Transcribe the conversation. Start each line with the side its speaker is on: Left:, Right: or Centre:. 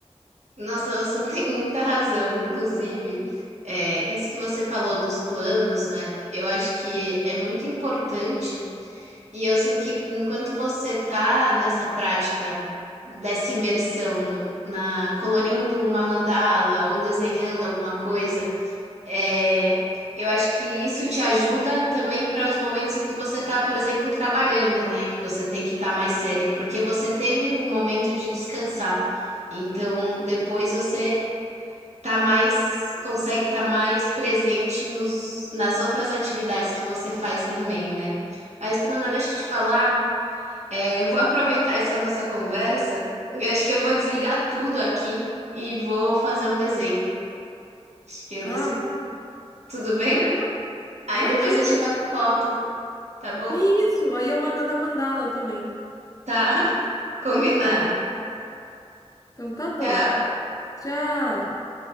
Right: Nossa, você <laughs> tem muita razão. Inclusive, é, isso que você falou dos planos, né? Eu acho que é muito importante. E eu sinto que enquanto você tá nessa prática dessa imersão no- na colorindo uma mandala ou desenhando alguma coisa, é, eu acho que isso te ajuda também para os momentos em que você tá, por exemplo, trabalhando, né? Que você tem que estar mais séria, porque você teve o momento de descansar. Então, depois você tá mais, consegue estar mais presente nos, nas outras atividades que você faz também, né? Mas, Bruna, deixa eu te falar. É, eu vou aproveitar essa nossa conversa. Eu Acho que eu vou desligar tudo aqui e vou fazer um desenho. Acho que eu
Left: Ah,
Right: decidi.
Left: vai,
Right: Tudo bem?
Left: vai lá.
Right: Aí
Left: Imagina!
Right: depois eu te mando foto, tá bom?
Left: Isso, aí eu mando a da mandala também.
Right: Tá, <laughs> combinado.
Left: Então tá bom.
Right: Tchau.
Left: Tchau.